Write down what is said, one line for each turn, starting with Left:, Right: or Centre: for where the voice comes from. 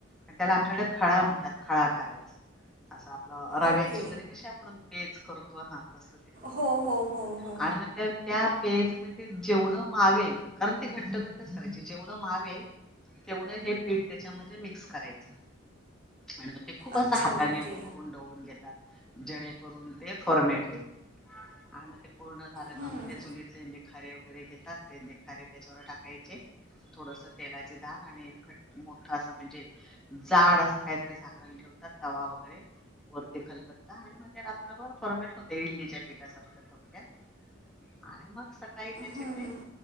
Centre: आणि त्याला आमच्याकड खळा म्हणतात खळा करायच असं आपल रव्याची
Right: ओके
Centre: वगैरे कशी आपण पेज करतो हा तस
Right: हो हो हो हो
Centre: आणि नंतर त्या पेज मध्ये जेवढं मावेल कारण ते घट्ट घट्टच करायचे जेवढं मावेल तेवढं हे पीठ त्याच्यामध्ये मिक्स करायचं आणि मग ते खूप असा
Right: अच्छा
Centre: हाताने
Right: ओके
Centre: ढवळून ढवळून घेतात जणे करून ते फॉर्मेट होईल आणि मग पूर्ण झालं
Right: हं,
Centre: का मग ते चुलीतले निखारे वगैरे घेतात ते निखारे त्याच्यावर टाकायचे थोडस तेलाची धार आणि खट मोठ अस म्हणजे जाड असं काहीतरी झाका ठेवात तवा वगैरे वरती खलबत्ता आणि रात्रभर फर्मेट होते इडलीच्या पीठासारख थोडक्यात आणि मग नाही त्याचे
Right: हं,
Centre: ते
Right: हं.